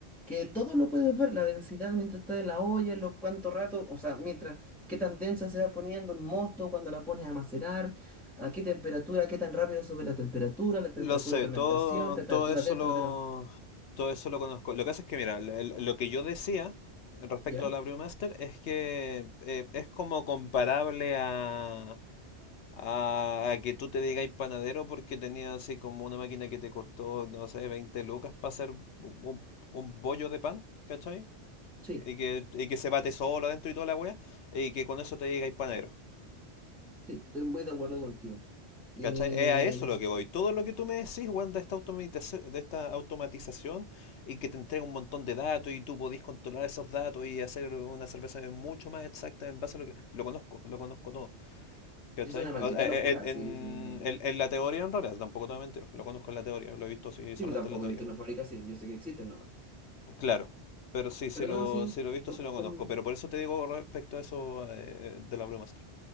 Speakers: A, in the centre; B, on the left.
A: que todo lo puedes ver, la densidad mientras está en la olla, lo cuánto rato, o sea, mientras qué tan densa se va poniendo el mosto cuando la pones a macerar, a qué temperatura, qué tan rápido sube la temperatura, la temperatura
B: Lo sé,
A: de fermentación,
B: todo,
A: temperatura
B: todo eso
A: dentro
B: lo,
A: de la...
B: todo eso lo conozco. Lo que hace es que, mira, el- el- lo que yo decía respecto
A: ¿Ya?
B: a la Brewmaster es que eh, es como comparable a, a, a que tú te digáis panadero porque tenías así como una máquina que te costó, no sé, 20 lucas para hacer un, un- un bollo de pan, ¿cachai?
A: Sí,
B: Y que, y que se bate solo adentro y toda la wea, y que con eso te digáis panadero.
A: sí, estoy muy de acuerdo contigo. Y
B: ¿Cachai? Es a eso lo que voy. Todo lo que tú me decís, weón, de esta automatiza- de esta automatización y que te entrega un montón de datos y tú podís controlar esos datos y hacer una cerveza mucho más exacta en base a lo que... Lo conozco, lo conozco todo. ¿Cachai?
A: es una maldita
B: O- e- e-
A: locura,
B: En,
A: sí,
B: en-
A: sí. no.
B: en- en la teoría, en realidad, tampoco te voy a mentir. Lo conozco en la teoría, lo he visto así solamente
A: Sí, pues, tampoco
B: en la teoría.
A: he visto una fábrica así, yo sé que existen nomás.
B: Claro. Pero sí, si
A: Pero
B: lo,
A: no, sí,
B: si lo he visto,
A: con,
B: sí lo conozco.
A: con-
B: Pero por eso te digo respecto a eso eh, de la Brewmaster.